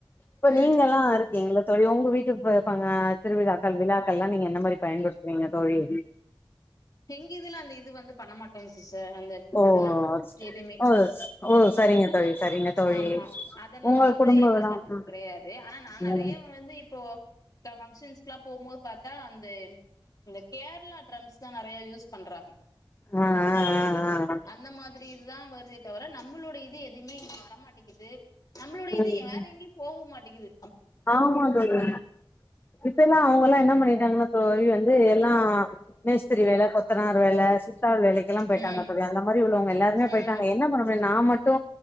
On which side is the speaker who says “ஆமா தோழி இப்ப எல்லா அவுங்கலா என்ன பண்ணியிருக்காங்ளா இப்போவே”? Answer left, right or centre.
Left